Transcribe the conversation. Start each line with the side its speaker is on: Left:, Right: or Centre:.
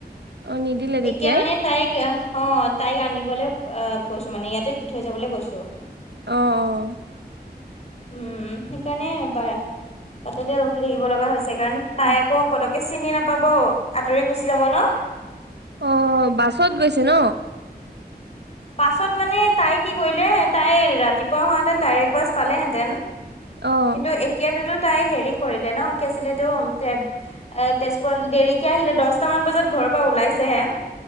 Right: অ নিদিলে তেতিয়াই
Left: এতিয়া মানে তাইক অ', তাইক আনিবলৈ অহ, কৈছোঁ মানে, ইয়াতে দি থৈ যাবলৈ কৈছোঁ।
Right: অ', অ'।
Left: উম, সেইকাৰণে বা-বাটতে ৰখি থাকিব লগা হৈছে কাৰণ তাই
Right: অ
Left: আকৌ পত <unintelligible> চিনি নাপাব আঁতৰি গুচি যাব ন।
Right: অ', বাছত গৈছে ন?
Left: বাছত মানে তাই কি কৰিলে, তাই ৰাতিপুৱা হোৱালেতেন ডাইৰেক্ট বাছ পালেহেঁতেন।
Right: অ',
Left: কিন্তু, এতিয়াতোতো তাই হেৰি কৰিলে ন কি আছিল এটো তেত- এ তেজপুৰত দেৰিকে আহিলে দছটামান বজাত ঘৰৰ পৰা ওলাইছেহে।